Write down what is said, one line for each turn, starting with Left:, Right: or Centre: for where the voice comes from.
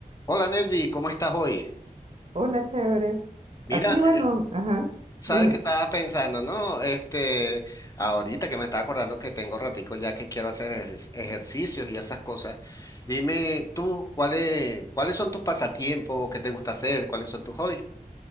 Left: Hola Nelvi, ¿cómo estás hoy?
Right: Hola, chévere.
Left: Mira,
Right: Aquí, bueno,
Left: eh,
Right: ajá,
Left: sabes
Right: dime.
Left: que estaba pensando, ¿no? Este, ahorita que me estaba acordando que tengo ratico ya que quiero hacer ejer- ejercicios y esas cosas. Dime tú, ¿cuáles, cuáles son tus pasatiempos? ¿Qué te gusta hacer? ¿Cuáles son tus hobbies?